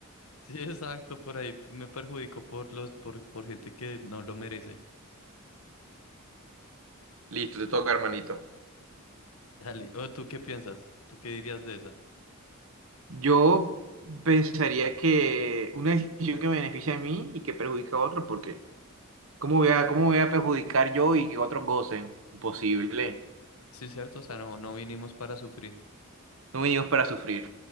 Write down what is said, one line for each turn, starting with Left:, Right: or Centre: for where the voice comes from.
Left: Sí, exacto, por ahí me perjudico por los, por, por gente que no lo merece.
Right: Listo, te toca, hermanito.
Left: Dale. ¿O tú qué piensas? ¿Tú qué dirías de esa?
Right: Yo pensaría que una decisión que me beneficia a mí y que perjudica a otro, porque ¿cómo voy a, cómo voy a perjudicar yo y que otros gocen? Imposible.
Left: Sí, cierto, o sea, no, no vinimos para sufrir.
Right: No venimos para sufrir.